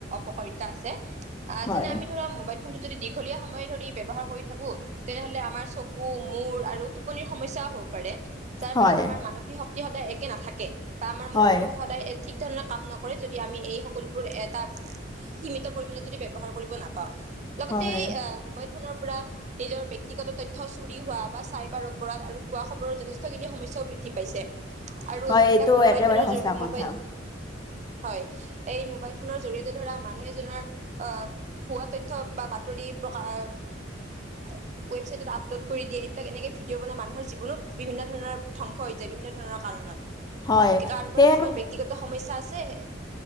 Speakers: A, on the right (about 40°); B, on the left (about 20°).
A: অকাৰিতা আছে আহ
B: হয়
A: যেনে আমি ধৰা মোবাইল ফোন যদি দীঘলীয়া সময় ধৰি ব্যৱহাৰ কৰি থাকো তেনেহলে আমাৰ চকু মূৰ আৰু টোপনিৰ সমস্যাও হ'ব পাৰে যাৰ
B: হয়
A: ফলত আমাৰ মানসিক শক্তি ই সদায় একে নাথাকে ত আমাৰ মং
B: হয়
A: য সদায় ঠিক ধৰণৰ কাম নকৰে যদি আমি এই সকলোবোৰ এটা সীমিত পৰিমণে যদি ব্যৱহাৰ কৰিব নাপাওঁ লগতে
B: হয়
A: মোবাইল নৰ পৰা নিজৰ ব্যতিগত তথ্য চুৰি হোৱা বা চাইবাৰ অপৰাধ আৰু খোৱা খবৰ যথেষ্টখিনি সমস্যা বৃদ্ধি পাইছে আৰু
B: হয়
A: এইবিলাক
B: এইটো
A: মোবাইল
B: একেবাৰে
A: ফোনৰ
B: সঁচা
A: জৰি বন
B: কথা
A: <unintelligible> হয় এই মোবাইল ফোনৰ জৰিয়তে ধৰা মানুহ এজনৰ আহ ভুৱা তথ্য বা বাতৰি প্ৰকা ৱেবছাইটত আপলোড কৰি দিয়ে এইবিলাক এনেকে ভিডিঅ' বনাই মানুহৰ জীৱনত বিভিন্ন ধৰণৰ ধ্বংস হৈ যায় বিভিন্ন ধৰণৰ কাৰণত
B: হয়
A: কাৰোবাৰ
B: সে
A: ব্যক্তিগত সমস্য চাচেহে